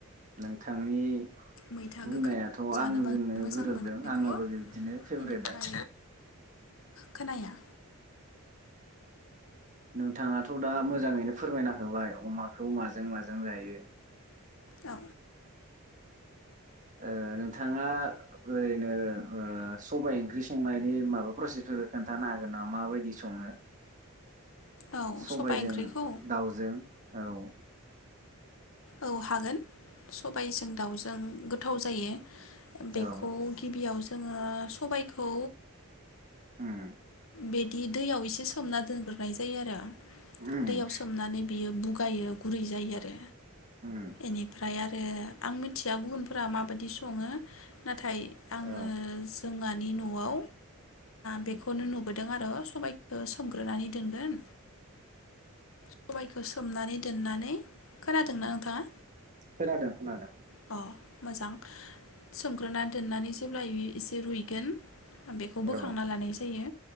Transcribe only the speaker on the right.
नोंथांनि
बुंनायाथ'
आंजोंनो
गोरोबदों
आंनाबो बिबदिनो फेभरेटआ।
नोंथाङाथ' दा मोजाङैनो फोरमायना होबाय अमाखौ माजों माजों जायो।
ओ नोंथाङा ओरैनो ओ सबाय ओंख्रि संनायनि माबा प्रसेसफोरखौ खोन्थानो हागोन नामा माबायदि सङो?
सबायजों
दाउजों औ।
औ
होम
उम
उम
औ
<unintelligible>
उम
खोनादों खोनादों।
औ